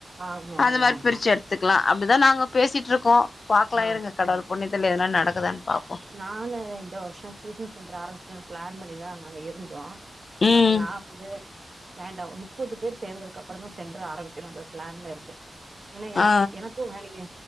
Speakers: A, on the right; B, on the left.
A: ஆமா
B: அது
A: ஆமா
B: மார்
A: ஆமா
B: பிர்ச்சு எ த்துக்கலா அப்டிதா நாங்க பேசிட்ருக்கோ பாக்லா
A: ஆ
B: இருங்க கடவுள் புண்ணியத்தில்ல எதுனா நடக்குதான் பாப்போ
A: நானு இந்த வர்ஷோ டியூஷன் சென்ட்ருஆரம்பிச்சுர்னு ப்ளான் பண்ணிதா நாங்க இருந்தோ
B: ம்
A: பட்ர நா வந்து வேண்டா ஒர் முப்பது பேர் சேந்ததுக்கப்றோ தா சென்ட்ரு ஆரம்பிக்கணுங்ற ப்ளான்லருக்கே ஏனா எனக்கு
B: ஆ
A: எனக்கு வேலக்கி